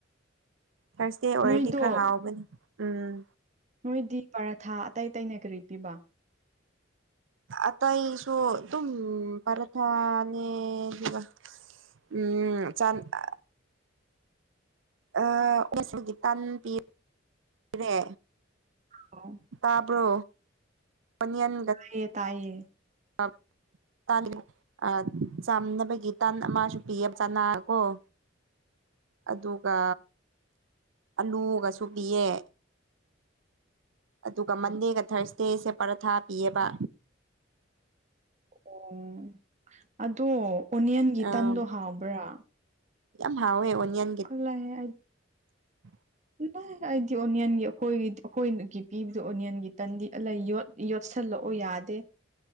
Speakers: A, on the right (about 90°); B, on the right (about 40°).
A: ꯊꯥꯔꯁꯗꯦ ꯑꯣꯏꯔꯗꯤ
B: ꯅꯣꯏꯗꯣ
A: ꯈꯔ ꯍꯥꯎꯕꯅꯤ ꯎꯝ
B: ꯅꯣꯏꯗꯤ ꯄꯔꯥꯊꯥ ꯑꯇꯩ ꯑꯇꯩꯅ ꯀꯔꯤ ꯄꯤꯕ
A: ꯑꯇꯩꯁꯨ ꯑꯗꯨꯝ ꯄꯔꯊꯥꯅꯦ ꯑꯗꯨꯒ ꯎꯝ ꯆꯥꯟ ꯑ ꯑ ꯉꯁꯗꯤ ꯇꯥꯟ ꯄꯤ ꯔꯦ
B: ꯑꯣ
A: ꯇꯥꯕ꯭ꯔꯣ ꯑꯣꯅꯤꯌꯥꯟ
B: ꯇꯥꯏꯌꯦ ꯇꯥꯏꯌꯦ
A: <inaudible> ꯇꯥꯟ ꯑ ꯆꯥꯝꯅꯕꯒꯤ ꯇꯥꯟ ꯑꯃꯁꯨ ꯄꯤꯌꯦ ꯆꯅꯥꯀꯣ <inaudible> ꯑꯗꯨꯒ ꯑꯂꯨꯒꯁꯨ ꯄꯤꯌꯦ ꯑꯗꯨꯒ
B: ꯎꯝ
A: ꯃꯟꯗꯦꯒ ꯊꯔꯁꯗꯦꯁꯦ ꯄꯔꯊꯥ ꯄꯤꯌꯦꯕ
B: ꯑꯣ ꯑꯗꯣ ꯑꯣꯅꯤꯌꯟꯒꯤ
A: ꯑꯥ
B: ꯇꯟꯗꯣ ꯍꯥꯎꯕ꯭ꯔꯥ
A: ꯌꯥꯝ ꯍꯥꯎꯦ ꯑꯣꯅꯤꯌꯥꯟ
B: ꯈꯨꯜꯂꯩ ꯑꯩ
A: <inaudible>
B: ꯑ ꯑꯩꯗꯤ ꯑꯣꯅꯤꯌꯟꯒꯤ ꯑꯩꯈꯣꯏꯒꯤ ꯑꯩꯈꯣꯏꯒꯤ ꯄꯤꯕꯗꯣ ꯑꯣꯅꯤꯌꯟꯒꯤ ꯇꯟꯗꯤ ꯂꯩ ꯌꯣꯠ ꯌꯣꯠꯁꯤꯜꯂꯛꯎ ꯌꯥꯗꯦ